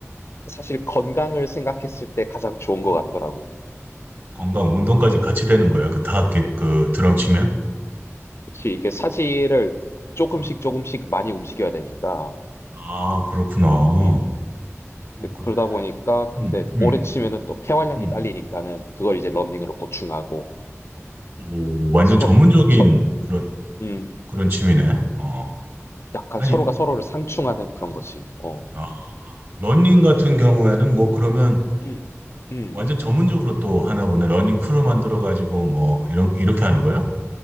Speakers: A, on the left; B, on the right.
A: 사실 건강을 생각했을 때 가장 좋은 것 같더라고.
B: 건강, 운동까지 같이 되는 거야. 그 다, 그, 그 드럼 치면?
A: 그치, 이게 사지를 조금씩
B: 어.
A: 조금씩 많이 움직여야 되니까.
B: 아, 그렇구나.
A: 음.
B: 어,
A: 근데
B: 그,
A: 그러다 보니까, 근데
B: 음, 음,
A: 오래 치면은 또 폐활량이
B: 음.
A: 딸리니까는 그걸 이제 러닝으로 보충하고,
B: 오, 완전
A: 서,
B: 전문적인
A: 서,
B: 그런
A: 음.
B: 그런 취미네. 어,
A: 약간
B: 아니,
A: 서로가 서로를 상충하는 그런 거지. 어.
B: 어, 러닝 같은 경우에는 뭐 그러면
A: 음. 음.
B: 완전 전문적으로 또 하나 보네. 러닝 크루 만들어 가지고 뭐 이런 이렇게 하는 거야?